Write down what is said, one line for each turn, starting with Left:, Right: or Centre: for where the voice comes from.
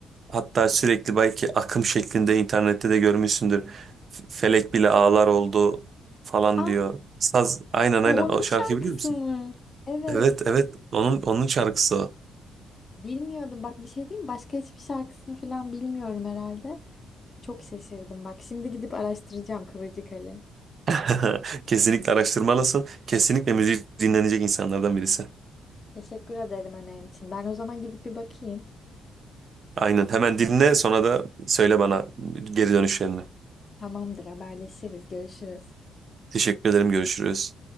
Right: hatta sürekli belki akım şeklinde internette de görmüşsündür. F- Felek bile ağlar oldu falan
Left: aa,
Right: diyor. Saz aynen aynen
Left: o onun
Right: o şarkıyı
Left: şarkısı
Right: biliyor musun?
Left: mı? Evet.
Right: Evet evet onun onun şarkısı o.
Left: Bilmiyordum. Bak bir şey diyeyim mi? Başka hiçbir şarkısını falan bilmiyorum herhalde. Çok şaşırdım bak. Şimdi gidip araştıracağım Kıvırcık Ali.
Right: <laughs> Kesinlikle araştırmalısın. Kesinlikle müziği dinlenecek insanlardan birisi.
Left: Teşekkür ederim önerin için. Ben o zaman gidip bir bakayım.
Right: Aynen hemen dinle sonra da söyle bana geri dönüşlerini.
Left: Tamamdır, haberleşiriz. Görüşürüz.
Right: Teşekkür ederim görüşürüz.